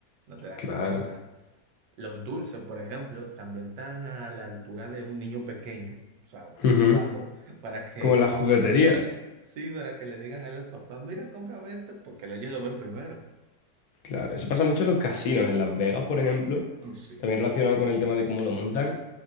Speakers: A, on the right (about 75°); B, on the left (about 65°).
A: no te das
B: Claro.
A: cuenta. Los dulces, por ejemplo, también están a la altura de un niño pequeño, o sea, están
B: Ujú.
A: abajo <laughs> para que
B: Como en las jugueterías.
A: le digan, sí, para que le digan a los papás, mira, cómprame esto, porque ellos lo ven primero.
B: Claro, eso pasa mucho en los casinos, en Las Vegas, por ejemplo,
A: Mm, Sí,
B: también
A: sí.
B: relacionado con el tema de cómo lo montan.